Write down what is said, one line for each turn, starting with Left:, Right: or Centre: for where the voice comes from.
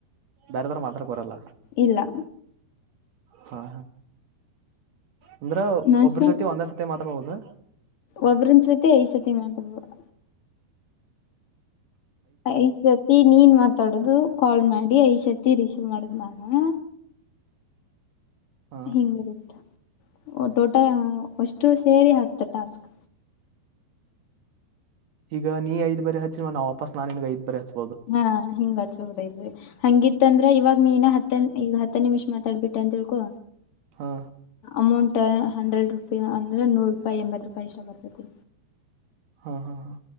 Right: ಬೇರೆದ್ರು ಮಾತ್ರ ಬರಲ್ಲ.
Left: ಇಲ್ಲ
Right: ಹಾ ಅಂದ್ರೆ
Left: ನಾಷ್ಟ
Right: ಒಬ್ರ ಜೊತೆ ಒಂದ ಸತಿ ಮಾತಾಡಬಹುದು.
Left: ಒಬ್ರನ್ ಜೊತೆ ಐದ್ ಸಲಿ ಮಾತಾಡಬಹುದು. ಐದು ಸತಿ ನೀನ್ ಮಾತಾಡೋದು ಕಾಲ್ ಮಾಡಿ ಐದು ಸತಿ ರಿಸೀವ್ ಮಾಡುದು. <inaudible>
Right: ಹಾ
Left: ಹಿಂಗ ಬರುತ್ತ. ಓ ಟೋಟ ಅಷ್ಟು ಸೇರಿ ಹತ್ತು ಟಾಸ್ಕ್.
Right: ಈಗ ನೀ ಐದು ಬರೆ ಹಚ್ಚಿ ನಾ ವಾಪ ನಾ ನಿನ್ಗೆ ಐದ್ ಬಾರಿ ಹಚ್ಚು.
Left: ಹಾ ಹಿಂಗ ಚೌದೈರಿ ಹಂಗಿತ್ತ ಅಂದ್ರೆ ಇವಾಗ ನೀನ್ ಹತ್ತ ಈಗ ಹತ್ತ ನಿಮಿಷ. ಮಾತಾಬಿಟ್ಟ ಅಂತ ತಿಳ್ಕೊ
Right: ಹಾ
Left: ಅಮೌಂಟ್. ಹಂಡ್ರೆಡ್ ರೂಪಾಯ ಅಂದ್ರೆ ನೂರ್ ರೂಪಾಯಿ ಎಂಬತ್ ರೂಪಾಯಿ ಇಷ್ಟ ಬರ್ತತಿ.
Right: ಹಾ ಹಾ ಹಾ.